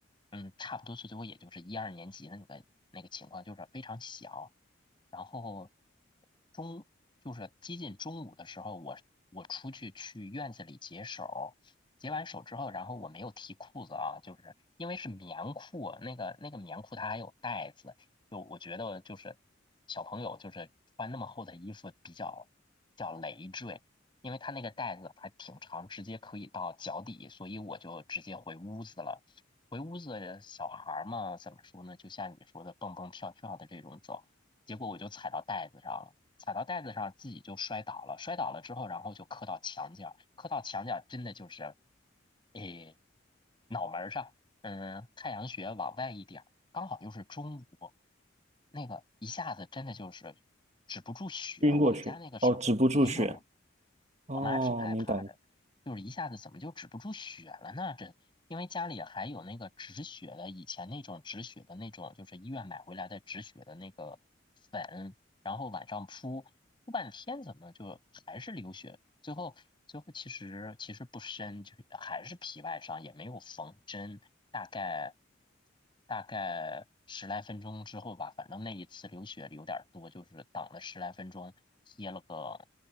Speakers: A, on the left; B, on the right.
A: 嗯，差不多最多也就是一二年级的那个那个情况，就是非常小。然后中就是接近中午的时候，我我出去去院子里解手。解完手之后，然后我没有提裤子啊，就是因为是棉裤，那个那个棉裤它还有带子，就我觉得就是小朋友就是穿那么厚的衣服比较比较累赘，因为它那个带子还挺长，直接可以到脚底，所以我就直接回屋子了。回屋子，小孩儿嘛，怎么说呢？就像你说的，蹦蹦跳跳的这种走，结果我就踩到袋子上了，踩到袋子上自己就摔倒了，摔倒了之后，然后就磕到墙角，磕到墙角真的就是，诶，脑门儿上，嗯，太阳穴往外一点儿，刚好又是中午，那个一下子真的就是止不住血，
B: 晕过去，
A: 我们家那个时候没有，
B: 哦，止不住血，哦，
A: 我妈挺害怕的。
B: 明白，
A: 就是一下子怎么就止不住血了呢？这因为家里还有那个止血的，以前那种止血的那种，就是医院买回来的止血的那个粉，然后晚上铺铺半天，怎么就还是流血？最后最后其实其实不深，就是还是皮外伤，也没有缝针，大概大概十来分钟之后吧，反正那一次流血有点儿多，就是等了十来分钟，贴了个。